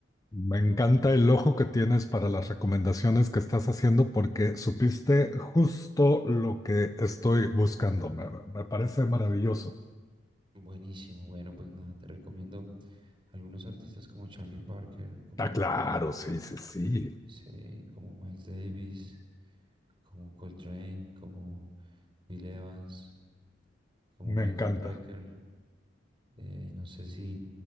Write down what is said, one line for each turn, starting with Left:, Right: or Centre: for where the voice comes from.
Left: Me
Right: pero
Left: encanta el ojo que tienes para las recomendaciones que estás haciendo porque supiste justo lo que estoy buscando. Me, me parece maravilloso.
Right: Buenísimo, bueno, pues nada, te recomiendo algunos artistas como Charlie Parker, como,
Left: Está claro, sí, sí, sí.
Right: sí, como Miles Davis, como Coltrane, como Bill Evans, como Michael
Left: Me encanta.
Right: Brecker. Eh, no sé si